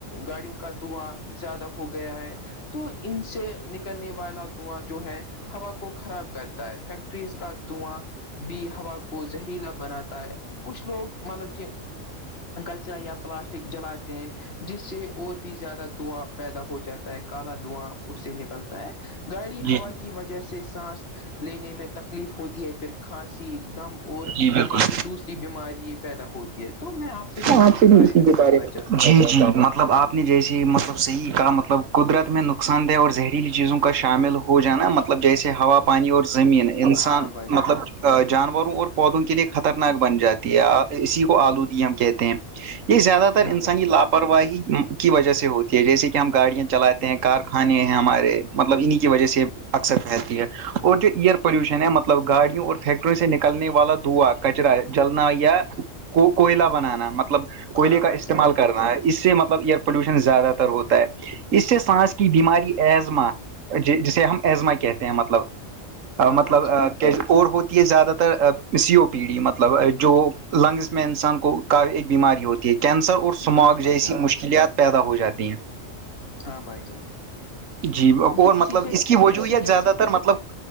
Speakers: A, on the left (about 50°); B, on the right (about 75°).
A: گاڑیوں کا دواں زیادہ ہو گیا ہے تو ان سے نکلنے والا دھواں جو ہے ہوا کو خراب کرتا ہے فیکٹریز کا دواں بھی ہوا کو زہریلا بناتا ہے کچھ لوگ مطلب کہ کچرا یا پلاسٹک جلاتے ہیں جس سے اور بھی زیادہ دھواں پیدا ہو جاتا ہے کالا دھواں اس سے نکلتا ہے گاڑی
B: جی
A: ہوا
B: جی
A: کی وجہ سے سانس لینے میں تکلیف ہوتی ہے پھر کھانسی دم اور
B: جی بالکل
A: مطلب کہ دوسری بیماری پیدا ہوتی ہے تو میں آپ
B: آپ سے بھی
A: بارے
B: اسی
A: میں
B: کے
A: کچھ
B: پے
A: سننا چاہتا ہوں
B: جی جی مطلب آپ <unintelligible> نے جیسی مطلب صحیح کہا مطلب قدرت میں نقصان دہ اور زہریلی چیزوں کا شامل ہو جانا مطلب مطلب جیسے ہوا پانی اور زمین انسان
A: ہاں بھائی جان
B: مطلب جانوروں اور پودوں کے لیے خطرناک بن جاتی ہے اسی کو آلودی ہم کہتے ہیں یہ زیادہ تر
A: ہاں
B: انسانی
A: بھائی
B: لابھ لاپرواہی کی وجہ سے ہوتی ہے جیسے کہ ہم گاڑیاں چلاتے ہیں کارخانے ہیں ہمارے مطلب انہی کی وجہ سے اکثر پھیلتی ہے اور جو ایئر پولوشن ہے مطلب گاڑیوں اور فیکٹریوں سے نکلنے والا دعا کچرا جلنا یا کو کوئلہ بنانا مطلب کوئلے
A: ہاں
B: کا
A: بھائی
B: استعمال
A: جان
B: کرنا ہے اس سے مطلب ایئر پولوشن زیادہ تر ہوتا ہے اس سے سانس کی بیماری ایزما جسے ہم ایزما کہتے ہیں مطلب ا
A: ہاں
B: مطلب
A: بھائی جان
B: ا اور ہوتی ہے زیادہ تر سی او پی ڈی مطلب جو لنگز میں انسان کو کا ایک بیماری ہوتی ہے کینسر اور سمگ
A: ہاں بھائی
B: جیسی
A: جان
B: مشکلات پیدا ہو جاتی ہیں
A: ہاں بھائی جان
B: جی اور
A: تو
B: مطلب
A: اسی سے
B: اس کی وجوہت
A: اسی کے
B: زیادہ تر مطلب